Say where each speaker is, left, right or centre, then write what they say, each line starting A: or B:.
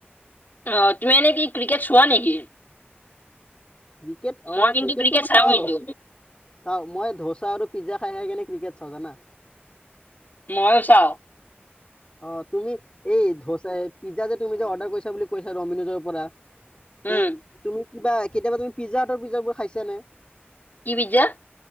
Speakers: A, on the left; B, on the left.
A: আহ তুমি এ নেকি ক্ৰিকেট চোৱা নেকি
B: ক্ৰিকেট অ
A: মই কিন্তু
B: ক্ৰিকেটটো
A: ক্ৰিকেট
B: মই চাওঁ
A: কিন্তু
B: চাও মই ধোচা আৰু পিজ্জা খাই খাই কেনে ক্ৰিকেট চাওঁ জানা
A: মইল চাও
B: অ তুমি এই ধা পিজ্জা যে তুমি যে অৰ্ডাৰ কৰিছা বুলি কৈছা ৰমিনোজৰ পৰা
A: উম,
B: তে তুমি কিবা কেতিয়াবা তুমি পিজ্জাহাতৰ পিজ্জাবোৰ খাইছা নে।
A: কি পিজ্জা